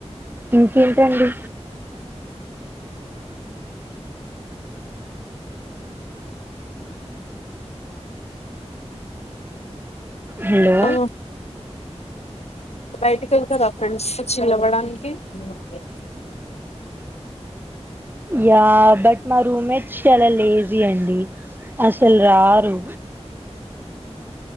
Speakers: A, on the right; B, on the left.
A: ఇంకేంటండి హలో
B: ఆ బయటికి వెళ్తారా ఫ్రెండ్స్ చిల్ అవ్వడానికి ఓకే
A: యా బట్ మా రూమ్మేట్స్ చాలా లేజీ అండి అసలు రారు